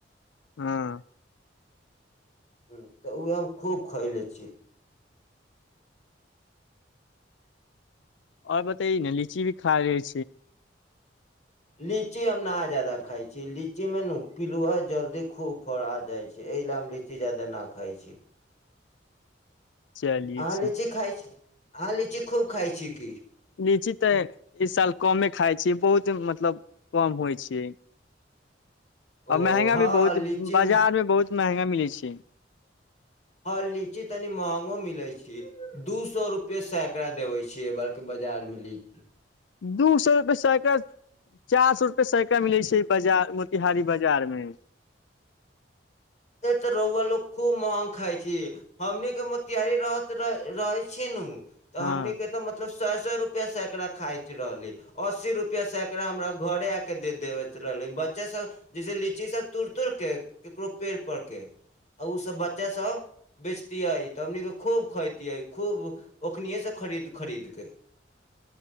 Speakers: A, on the left; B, on the left.
A: हँ
B: ह तऽ उएह हम खूब खयले छी।
A: ओर बताइ न लीची भी खा रह रहल छै
B: लीची हम न आ जात जादा खाइ छी लीचीमे ने पिलुआ जल्दी खूब फड़ा जाइ छै एहि लए हम लीची जादा नहि खाइ छी
A: चलिय
B: अहाँ
A: छी
B: लीची खाइ छी अहाँ लीची खूब खाइ छी की
A: लीची तऽ इ साल कमे खाय छी बहुत मतलब कम होइ छै
B: ओ
A: आ महंगा
B: हँ
A: भी बहुत
B: लीची
A: बाजार मे बहुत महगा मिलै छै
B: हँ लीची तनि महंगो मिलैत छै दू सए रुपए सैकड़ा देबै छियै एहि बड़क बाजारमे लीची
A: दू सए रुपए सैकड़ा चार सए रुपए साइ का मिलै छै बाजार मोतिहारी बाजार मे
B: ए तऽ रौआ लोग खूब महग खाय छै हमनीके मोतियारी रहत रहै छी नु तऽ
A: हँ
B: हमनि के तऽ मतलब सौ सौ रुपआ सैकड़ा खाय रहले अस्सी रुपआ सेकड़ा हमरा घरे आ के दे देव रहले बच्चा सब जैसे लीची सब तोड़ तोड़ के केकरो पेड़ परके आ ओसभ बच्चाभ बेचतियै तऽ हमने खूब खैतियै खूब ओखनिएसँ खरीद खरीदके